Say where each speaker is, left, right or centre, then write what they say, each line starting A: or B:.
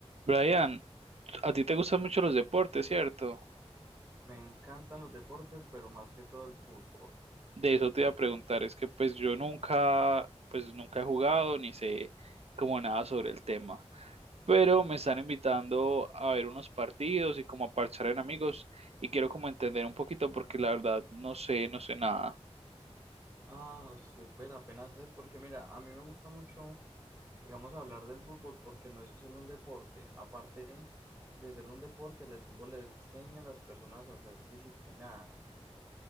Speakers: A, on the right; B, on the right.
A: Brian, a ti te gustan mucho los deportes, ¿cierto?
B: Me encantan los deportes, pero más que todo el fútbol.
A: De eso te iba a preguntar, es que pues yo nunca, pues nunca he jugado ni sé como nada sobre el tema, pero me están invitando a ver unos partidos y como a parchar en amigos y quiero como entender un poquito porque la verdad no sé, no sé nada.
B: Ah, súper, apenas es porque mira, a mí me gusta mucho, digamos, hablar del fútbol porque no es solo un deporte. Aparte de ser un deporte, el fútbol le enseña a las personas a ser disciplinadas.